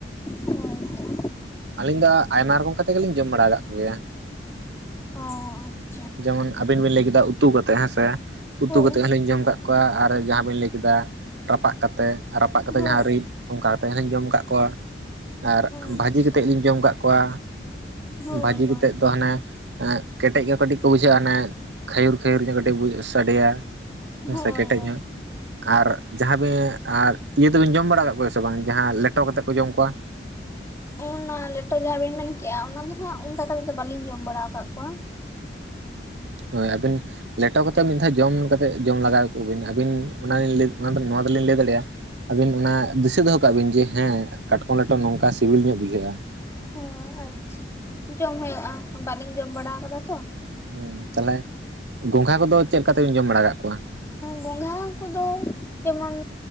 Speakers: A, on the left; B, on the right.
A: ᱦᱳᱭ ᱦᱳᱭ᱾
B: ᱟᱹᱞᱤᱧ ᱫᱚ ᱟᱭᱢᱟ ᱨᱚᱠᱚᱢ ᱠᱟᱛᱮ ᱜᱮᱞᱤᱧ ᱡᱚᱢ ᱵᱟᱲᱟ ᱟᱠᱟᱫ ᱠᱚᱜᱮᱭᱟ᱾
A: ᱚᱸ ᱚᱭ᱾
B: ᱡᱮᱢᱚᱱ ᱟᱵᱤᱱ ᱵᱤᱱ ᱞᱟᱹᱭ ᱠᱮᱫᱟ ᱩᱛᱩ ᱠᱟᱛᱮᱫ ᱦᱮᱸᱥᱮ ᱩᱛᱩ
A: ᱦᱳᱭ
B: ᱠᱟᱛᱮᱫ ᱦᱚᱞᱤᱧ ᱡᱚᱢ ᱠᱟᱜ ᱠᱚᱣᱟ ᱟᱨ ᱡᱟᱦᱟᱸ ᱵᱮᱱ ᱞᱟᱹᱭ ᱠᱮᱫᱟ᱾ ᱨᱟᱯᱟᱜ ᱠᱟᱛᱮ ᱨᱟᱯᱟᱜ ᱠᱟᱛᱮ
A: ᱦᱳᱭ
B: ᱡᱟᱦᱟᱸ ᱨᱤᱫ ᱚᱱᱠᱟ ᱠᱟᱛᱮ ᱦᱩᱧ ᱡᱚᱢ ᱟᱠᱟᱫ ᱠᱚᱣᱟ᱾ ᱟᱨ
A: ᱟᱪᱪᱷᱟ
B: ᱵᱷᱟᱹᱡᱤ ᱠᱟᱛᱮᱫ ᱞᱤᱧ ᱡᱚᱢ ᱟᱠᱟᱫ ᱠᱚᱣᱟ᱾
A: ᱦᱳᱭ
B: ᱵᱷᱟᱹᱡᱤ
A: ᱦᱳᱭ
B: ᱠᱟᱛᱮᱫ ᱫᱚ ᱦᱟᱱᱮ ᱮᱜ ᱠᱮᱴᱮᱡ ᱜᱮ ᱠᱟᱹᱴᱤᱡ ᱠᱚ ᱵᱩᱡᱷᱟᱹᱜ-ᱟ ᱚᱱᱮ ᱠᱷᱟᱹᱭᱩᱨ ᱠᱷᱟᱹᱭᱩᱨ ᱧᱚᱜ ᱠᱟᱹᱴᱤᱡ ᱥᱟᱰᱮᱭᱟ
A: ᱦᱳᱭ
B: ᱥᱮ ᱠᱮᱴᱮᱡ
A: ᱦᱳᱭ
B: ᱧᱚᱜ᱾ ᱟᱨ ᱡᱟᱦᱟᱸ ᱵᱮᱸ ᱟᱨ ᱤᱭᱟᱹ ᱫᱚᱵᱤᱱ ᱡᱚᱢ ᱵᱟᱲᱟ ᱠᱟᱜ ᱠᱚᱣᱟ ᱥᱮ ᱵᱟᱝ ᱡᱟᱦᱟᱸ ᱞᱮᱴᱚ ᱠᱟᱛᱮᱫ ᱠᱚ ᱡᱚᱢ ᱠᱚᱣᱟ?
A: ᱚᱱᱟ ᱞᱮᱴᱚ ᱡᱟᱦᱟᱸ ᱵᱤᱱ ᱢᱮᱱᱠᱮᱜ-ᱟ ᱚᱱᱟ ᱫᱚ ᱦᱟᱸᱜ ᱚᱱᱠᱟ ᱠᱟᱛᱮᱫ ᱫᱚ ᱵᱟᱹᱞᱤᱧ ᱡᱚᱢ ᱵᱟᱲᱟ ᱟᱠᱟᱫ ᱠᱚᱣᱟ᱾
B: ᱦᱳᱭ ᱟᱵᱤᱱ ᱞᱮᱴᱚ ᱠᱟᱛᱮ ᱢᱤᱫ ᱫᱷᱟᱣ ᱡᱚᱢ ᱡᱚᱢ ᱞᱮᱜᱟᱣ ᱠᱚ ᱵᱤᱱ ᱟᱹᱵᱤᱱ ᱚᱱᱟ ᱜᱮᱞᱤᱧ ᱞᱟᱹᱭ ᱱᱚᱣᱟ ᱫᱚᱞᱤᱧ ᱞᱟᱹᱭ ᱫᱟᱲᱮᱭᱟᱜ-ᱟ ᱟᱹᱵᱤᱱ ᱚᱱᱟ ᱫᱤᱥᱟᱹ ᱫᱚᱦ ᱠᱟᱜ ᱵᱤᱱ ᱡᱮ ᱦᱮᱸ ᱠᱟᱴᱠᱚᱢ ᱞᱮᱴᱚ ᱱᱚᱝᱠᱟ ᱥᱤᱵᱤᱞ ᱧᱚᱜ ᱵᱩᱡᱷᱟᱹᱜ-ᱟ ᱾
A: ᱚᱸ ᱟᱪᱪᱷᱟ ᱡᱚᱢ ᱦᱩᱭᱩᱜ-ᱟ ᱵᱟᱹᱞᱤᱧ ᱡᱚᱢ ᱵᱟᱲᱟ ᱟᱠᱟᱫᱟ ᱛᱚ ᱾
B: ᱦᱮᱸ ᱛᱟᱦᱞᱮ ᱜᱚᱝᱜᱷᱟ ᱠᱚᱫᱚ ᱪᱮᱫ ᱞᱮᱠᱟ ᱛᱮᱵᱤᱱ ᱡᱚᱢ ᱵᱟᱲᱟ ᱠᱟᱜ ᱠᱚᱣᱟ?
A: ᱜᱚᱸᱜᱷᱟ ᱠᱚᱫᱚ ᱡᱮᱢᱚᱱ